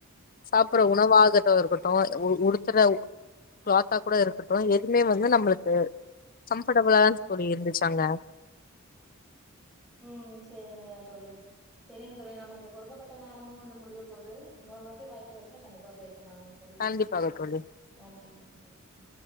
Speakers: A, on the left; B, in the centre.
A: சாப்புற
B: ம்
A: உணவாகட்டு இருகட் டு உடுத்துர கிளாத்தா கூட இருக்கட்டு எதுவுமே வந்து நம்மளுக்கு கம்பர்டபிளாதா தோழி இருந்துச்சு அங்க
B: உம் செரிங்க தோழி செரிங்க தோழி நமக்கு கொடுக்கப்பட்ட நேரமும் வந்து முடிய போது இன்னொரு வாட்டி வாய்ப்பு கடச்சா கண்டிப்பா பேசு சலா தோழி
A: கண்டிப்பாக
B: சரிங்களா
A: தோழி
B: நன்றிங் நன்றி ம்